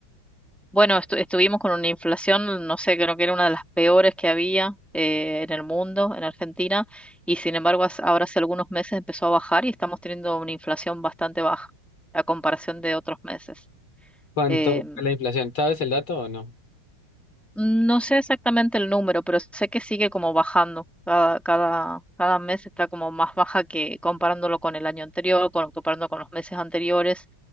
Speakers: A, in the centre; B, on the left (about 70°).
A: bueno, estu- estuvimos con una inflación, no sé, creo que era una de las peores que había eh, en el mundo, en Argentina, y sin embargo, hace- ahora hace algunos meses empezó a bajar y estamos teniendo una inflación bastante baja a comparación de otros meses.
B: ¿Cuánto
A: em,
B: fue la inflación? ¿Sabes el dato o no?
A: No sé exactamente el número, pero sé que sigue como bajando. Cada, cada, cada mes está como más baja que comparándolo con el año anterior, con, comparando con los meses anteriores.